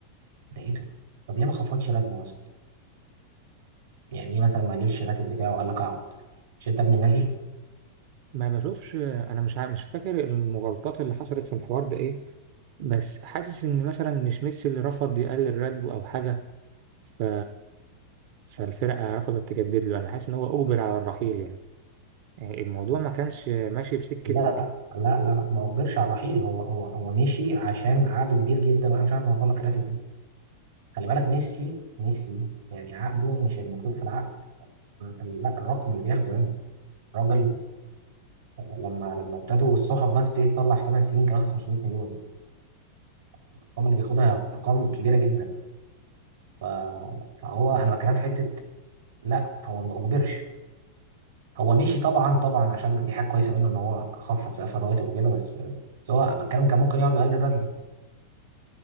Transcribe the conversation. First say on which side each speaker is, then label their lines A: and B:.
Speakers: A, on the right; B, on the right.
A: ده ايه ده؟ طب ليه ما خفضش راتبه مثلا؟ يعني ايه مثلا ما قللش الراتب بتاعه وقال لك اقعد مش انت ابن النبي؟
B: ما بشوفش أنا مش عارف مش فاكر المغالطات اللي حصلت في الحوار ده إيه بس حاسس إن مثلا مش ميسي اللي رفض يقلل راتبه أو حاجة ف... فالفرقة رفضت تجدد له أنا حاسس إن هو أجبر على الرحيل يعني يعني الموضوع ما كانش ماشي بسكة
A: لا لا لا لا ما اجبرش على الرحيل هو هو هو مشي عشان عقده كبير جدا واحنا مش عارف نوفر لك الراتب ده. خلي بالك ميسي ميسي يعني عقده مش المكتوب في العقد ال- لا الرقم اللي بياخده يعني الراجل لما لما ابتدوا الصحف بقى تبتدي تطلع في 8 سنين كان واخد 500 مليون الارقام اللي بياخدها هي ارقام كبيره جدا ف- فهو انا بتكلم في حته لا هو ما اجبرش هو مشي طبعا طبعا عشان دي حاجه كويسه منه ان هو خفض سقف الرواتب وكده بس بس هو أنا بتكلم كان ممكن يقعد يقلل راتبه